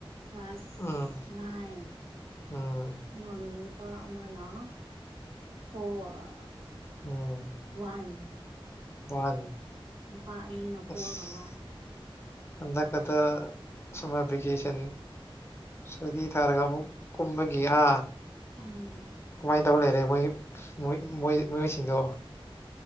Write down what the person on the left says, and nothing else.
ꯎꯝ
ꯎꯝ
ꯑꯣ
ꯋꯥꯟ
ꯑꯁ
ꯍꯟꯗꯛ ꯈꯇ ꯁꯃꯔ ꯕꯤꯀꯦꯁꯟ ꯁꯨꯇꯤ ꯊꯥꯔꯒ ꯑꯃꯨꯛ ꯀꯨꯝꯕꯒꯤ ꯍꯥ
ꯀꯃꯥꯏꯅ ꯇꯧꯔ ꯂꯩꯔꯦ ꯃꯣꯏ ꯃꯣꯏ ꯃꯤꯑꯣꯏꯁꯤꯡꯗꯣ